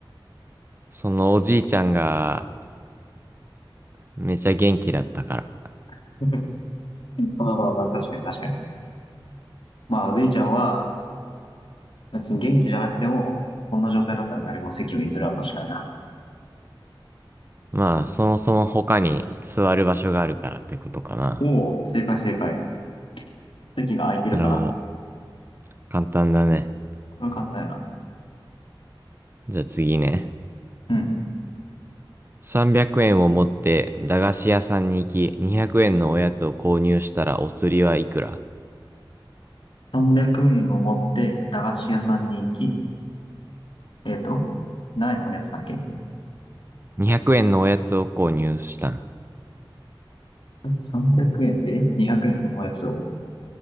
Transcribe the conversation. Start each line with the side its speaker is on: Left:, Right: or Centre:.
Right: そのおじいちゃんがめちゃ元気だったから。
Left: <laughs> まあまあまあ、確かに確かに。まあ、おじいちゃんは、別に元気じゃなくても、こんな状態だったら誰も席を譲ろうとしないな。
Right: まあ、そもそも他に座る場所があるからってことかな。
Left: おお、正解正解。席が空いてるから。
Right: なるほど。簡単だね。
Left: これ簡単やな。
Right: じゃあ次ね。
Left: うん。
Right: 300円を持って駄菓子屋さんに行き、200円のおやつを購入したらお釣りはいくら
Left: 300円を持って駄菓子屋さんに行き、えっと、何円のおやつだっけ
Right: ?200 円のおやつを購入したん。
Left: ?300 円で200円のおやつを